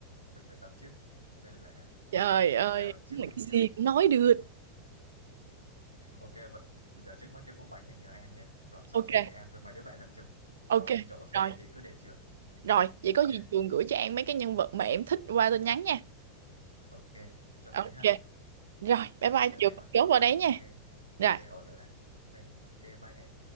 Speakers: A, on the right; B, on the right.
A: Mình phải tập trước. Nên là
B: Trời
A: mình
B: ơi,
A: rèo trước
B: đúng là
A: nguy
B: cái
A: hiểm
B: gì cũng nói được.
A: Ok vậy giờ trước mắt cái vụ bánh này nhờ An nhé Còn sắp
B: Ok,
A: xếp thì An với mấy đứa bạn làm chung
B: ok.
A: Còn chỗ thuê
B: Rồi,
A: thì cứ để trường
B: rồi, vậy
A: Ok
B: có gì Trường gửi cho An mấy cái nhân vật mà em thích qua tin nhắn nha.
A: ok cho
B: Ok.
A: thế ha
B: Rồi, bye bye
A: Thì tới
B: Trường,
A: đây thôi
B: chốt vào đấy nha.
A: Ok
B: Rồi,
A: ok ổn rồi đấy Ok ok bye An